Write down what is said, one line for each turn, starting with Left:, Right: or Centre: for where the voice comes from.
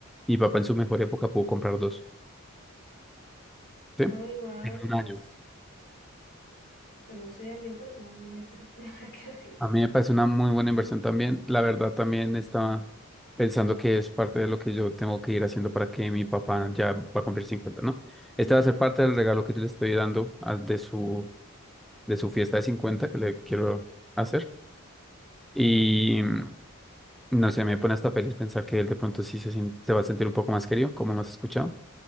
Centre: y papá en su mejor época pudo comprar dos, ¿sí?
Left: No, igual,
Centre: En un
Left: pues,
Centre: año.
Left: pues, no sé, a mí me parece una buena inversión, <laughs> la verdad que la vi.
Centre: A mí me parece una muy buena inversión también. La verdad, también estaba pensando que es parte de lo que yo tengo que ir haciendo para que mi papá ya va a cumplir cincuenta ¿no?
Left: Ujú,
Centre: Este va a ser parte del regalo que yo le estoy dando a- de su, de su fiesta de 50 que le quiero hacer. Y mm, no sé, me pone hasta feliz pensar que él de pronto sí se, sien- se va a sentir un poco más querido, como nos has escuchado.